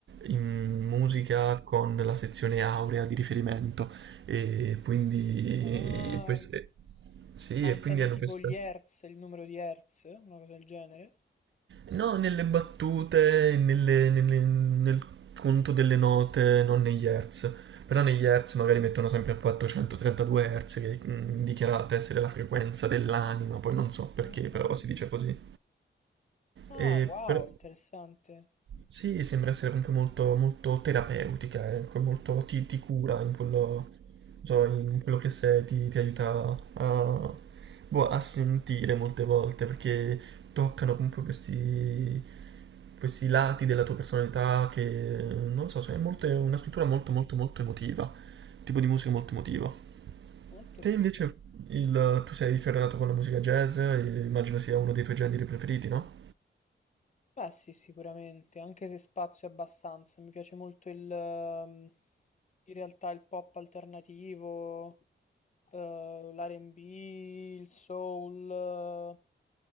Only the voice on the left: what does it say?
Ah,
ma
intendi
tipo
gli hertz, il numero di hertz, una cosa del genere?
Ah,
ah,
Ah,
wow,
interessante.
Molto
figo.
Beh, sì, sicuramente, anche se spazio è abbastanza. Mi piace molto il, ehm, in realtà il pop alternativo, eh, l'R&B, il soul, eh,